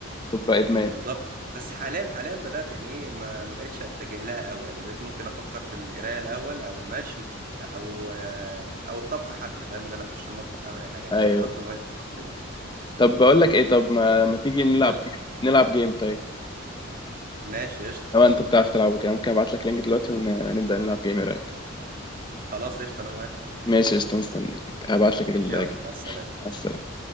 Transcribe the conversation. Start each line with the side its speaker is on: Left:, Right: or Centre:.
Left: تبقى ادمان
Right: بالظبط بس حاليا حاليا بدأت يعني ايه ما ما بقتش اتجه لها قوي يعني بقيت ممكن افكر في القرايه الاول او المشي او آه، او الطبخ حتى فاهم ان انا اخش المطبخ اعمل اي حاجه انا
Left: ايوه
Right: عندي برضه هوايه الطبخ دي
Left: طب بقول لك ايه طب ما, ما تيجي نلعب
Right: قول
Left: جيم نلعب جيم طيب
Right: ماشي قشطه
Left: لو انت بتعرف تلعب كده ممكن ابعت لك لينك دلوقتي ونبدا نلعب جيم ايه رايك
Right: خلاص قشطه انا موافق
Left: ماشي قشطة، مستنيك هبعت لك اللينك
Right: يلا مع السلامه
Left: مع السلامة.